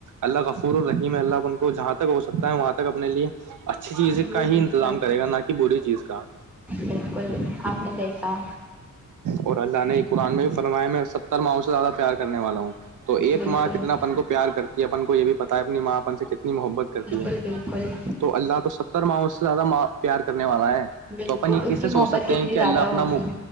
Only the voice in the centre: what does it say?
جی
بالکل
بالکل آپ نے دیکھا
بالکل
بکل بالکل
بالکل
اس
کی
محبت
کتنی
زیادہ
ہوگی